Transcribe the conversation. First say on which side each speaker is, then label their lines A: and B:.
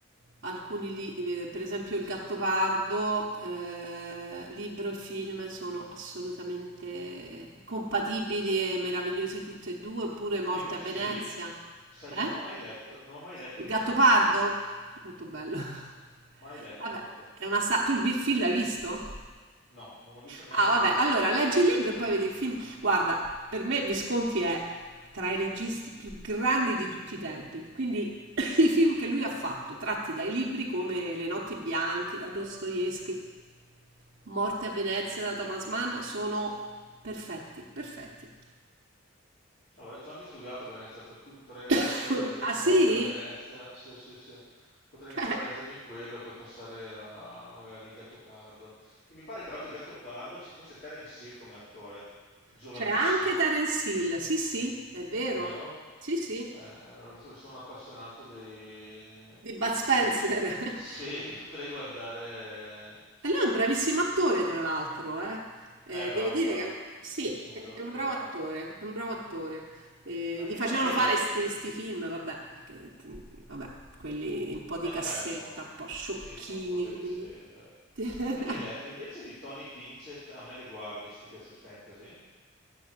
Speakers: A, on the right; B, on the left.
A: alcuni libri, per esempio Il Gattopardo, eh, libro e film sono assolutamente compatibili e meravigliosi tutti e due, oppure Morte
B: Me li consigli?
A: a Venezia.
B: Sai
A: Eh?
B: che non ho mai letto, non ho mai letto
A: Il
B: Visconti,
A: Gattopardo? Molto bello. <laughs>
B: mai letto
A: Vabbè,
B: proprio.
A: è una sa- tu il vi- film l'hai visto?
B: No, non ho visto neanche
A: Ah,
B: il film.
A: vabbè, allora leggi il libro e poi vedi il film. Guarda, per me Visconti è tra i registi più grandi di tutti i tempi. Quindi <coughs> <clears throat> i film che lui ha fatto, tratti dai libri come Le notti bianche da Dostoevsky, Morte a Venezia da Thomas Mann, sono perfetti, perfetti.
B: Allora, ci ho anche studiato a Venezia, per cui potrei iniziare
A: <coughs>
B: a leggermi
A: <laughs> Ah sì?
B: Morte a Venezia. Sì, sì, sì. Potrei iniziare
A: <laughs>
B: a leggermi quello e poi passare a magari il Gattopardo. Che mi pare che tra l'altro il Gattopardo ci fosse Terence Hill come attore, giovanissimo,
A: C'è anche Terence Hill, sì sì, è vero,
B: vero?
A: sì sì,
B: Eh, allora, visto che sono un appassionato dei,
A: di Bud Spencer.
B: dei suoi... Sì,
A: <laughs>
B: <laughs> mi potrei guardare...
A: E lui è un bravissimo attore, tra l'altro, eh. Eh,
B: Eh, bravo,
A: devo dire
B: è bravo.
A: che sì,
B: Sì, sì, è un
A: è
B: vero attore.
A: è un bravo attore, è un bravo attore. Eh,
B: Ma invece
A: gli facevano
B: hai mai
A: fare
B: letto?
A: sti, sti film, vabbè, che- vabbè, quelli un po' di
B: E
A: cassetta,
B: vabbè, sono
A: un po' sciocchini,
B: sì, sono un po' leggeri,
A: come dire.
B: dai.
A: <laughs>
B: Hai mai letto invece di Tony Pinchet A me le guardie, se ti piace il fantasy?